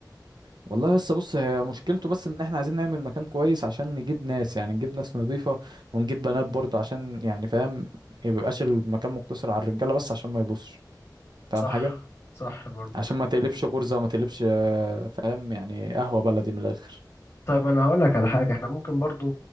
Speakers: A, on the right (about 75°); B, on the left (about 35°).
A: والله لسه بص هي مشكلته بس ان احنا عايزين نعمل مكان كويس عشان نجيب ناس يعني نجيب ناس نضيفة ونجيب بنات برضه عشان يعني فاهم ميبقاش المكان مقتصر على الرجالة بس عشان ما يبصش فاهم
B: صح
A: حاجة
B: صح برضو
A: عشان ما تقلبش غرزة وما تقلبش آه، فاهم يعني قهوة بلدي من الآخر
B: طيب انا هقول لك على حاجة احنا ممكن برضو